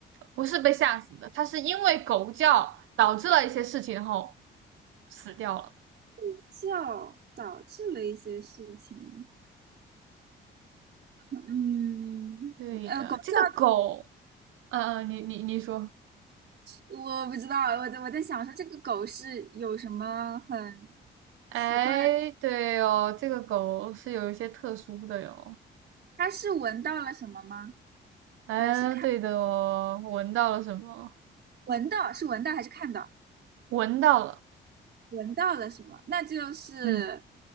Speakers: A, on the right (about 80°); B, on the right (about 55°).
A: 不是被吓死的，他是因为狗叫导致了一些事情，然后死掉了。
B: 狗叫导致了一些事情。嗯，
A: 对的，
B: 呃，狗叫。
A: 这个狗，嗯、嗯，你你你说，
B: 我不知道，我在我在想说这个狗是有什么很
A: 哎，
B: 奇怪的？
A: 对哦，这个狗是有一些特殊的哟。
B: 它是闻到了什么吗？
A: 哎，
B: 还是看
A: 对的哦，闻到了什么？
B: 闻到是闻到还是看到？
A: 闻到了，
B: 闻到了什么？那就是
A: 嗯，